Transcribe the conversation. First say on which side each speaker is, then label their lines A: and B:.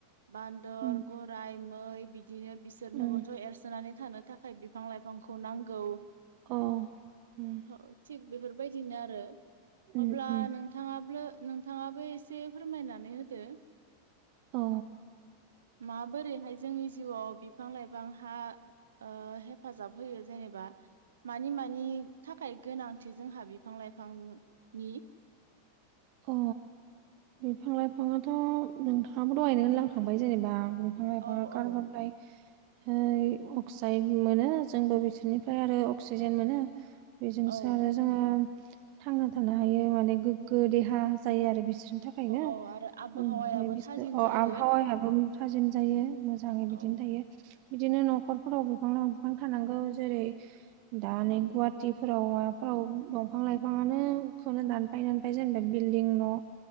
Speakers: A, on the right (about 65°); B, on the right (about 45°).
A: बान्दर
B: उम,
A: गराय मै बिदिनो बिसोरनोबोथ'
B: उम,
A: एरसोनानै थानो थाखाय बिफां लाइफांखौ नांगौ।
B: औ उम।
A: अ थिग बेफोरबायदिनो आरो
B: उम,
A: अब्ला
B: उम,
A: नों नोंथाङाब्लो नोंथाङाबो एसे फोरमायनानै होदो।
B: औ।
A: माबोरैहाय जोंनि जिउआव बिफां लाइफ गोबां हा ओ हेफाजाब होयो जेनेबा। मानि मानि थाखाय गोनांथि जोंहा बिफां लाइफां नि।
B: अ' बिफां लाइफाङाथ' नोंथाङाबो दहायनो होनलांखांबाय जेनेबा बिफां लाइफाङा
A: औ
B: कार्बन
A: औ
B: डाइ होय अक्साइड मोनो जोंबो बिसोरनिफ्राय आरो अक्सिजेन मोनो। बेजोंसो
A: औ
B: आरो जोङो थांना थानो हायो माने गोग्गो देहा जायो आरो बिसोर थाखायनो
A: औ आरो आबहावायाबो
B: ओमफ्राय बिसोर
A: थाजिम
B: अ'
A: जायो
B: आबहावायाबो थाजिम जायो मोजाङै बिदिनो
A: औ
B: थायो। बिदिनो न'खरफोराव बिफां लाइफां थानांगौ जेरै दा नै गुवाहटिफोराव माबाफोराव दंफां लाइफांङानो खौनो दानफाय-दानफाय जेनबाय बिल्दिं न' बिदिनो